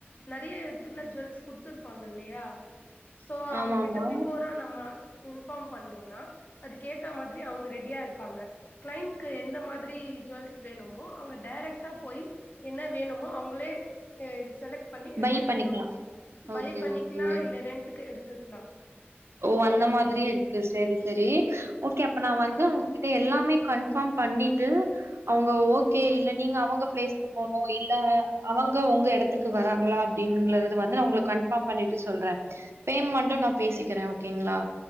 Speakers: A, on the left; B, on the right.
A: நறைய எடத்துக்குல ஜுவல்ஸ் குடுத்துருப்பாங்க இல்லையா சோ அவங்
B: ஆமா
A: கிட்ட
B: ஆமா
A: பிஃபோரா நம்ம இன்ஃபார்ம் பண்ணும்னா அதுக்கு ஏத்த மாதிரி அவங்க ரெடியா இருப்பாங்க கிளைண்ட்கு எந்த மாதிரி ஜுவல்ஸ் வேணுமோ அவங்க டைரெக்டா போய் என்ன வேணுமோ அவங்களே செலக்ட் பண்ணி எடுத்துக்கலாம்
B: பை பண்ணிக்கலாம்
A: பை
B: ஓகே
A: பண்ணிக்கலாம்
B: ஓகே
A: இல்ல ரெண்டக்கு எடுத்து துக்லாம்
B: ஓ அந்த மாதிரிய இருக்கு செரி செரி ஓகே அப்ப நான் வந்து உங்ககிட்ட எல்லாமே கன்ஃபார்ம் பண்ணிட்டு அவங்க ஓகே இல்ல நீங்க அவங்க பிளேஸ்கு போனும் இல்ல அவங்க உங்க எடத்துக்கு வராங்களா அப்படிங்குறது வந்து நான் உங்களுக்கு கன்ஃபார்ம் பண்ணிட்டு சொல்றேன் பேமெண்டும் நான் பேசிக் குறேன் ஓகேங்களா